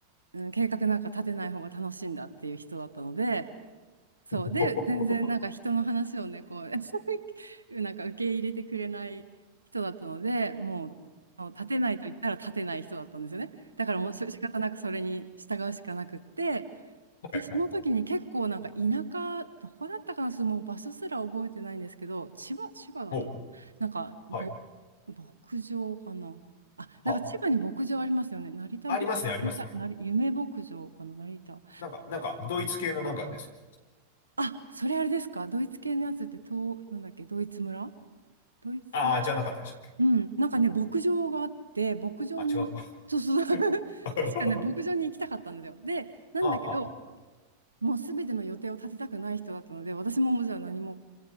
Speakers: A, on the right (about 80°); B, on the left (about 60°).
A: うん、計画なんか立てない方が楽しいんだっていう人だったので、そう、
B: お
A: で、全然なんか人の話をね、
B: う
A: こう、<laughs> なんか受け入れてくれない人だったので、もう、あの立てないと言ったら立てない人だったんですよね。だからもうし仕方なくそれに従うしかなくって、
B: はい、
A: で、その時に結構なんか田舎、
B: はい、はい。
A: どこだったかな、ちょっともう場所すら覚えてないんですけど、千葉、千葉だったかな。
B: おう
A: なんか、
B: はい。
A: ぼ、牧場かな。あ、なんか千葉に牧場ありますよね。
B: あ、
A: 成田牧、
B: ありますね、ありますね。
A: 成田、成夢牧場かな、成田。
B: なんか、なんか、ドイツ系のなんかですよ。
A: あ、それあれですか。ドイツ系のやつって、と、なんだっけ、ドイツ村ドイツ、
B: ああ、じゃなかったでしたっけ
A: うん。なんかね、牧場があって、牧場に、
B: あ、違うのか。
A: そうそうそう。<laughs>
B: <laughs>
A: 確かね、牧場に行きたかったんですよ。
B: は
A: で、なんだけど、
B: あはあ、は
A: もうすべての予定を立てたくない人だったので、私ももうじゃあ何も、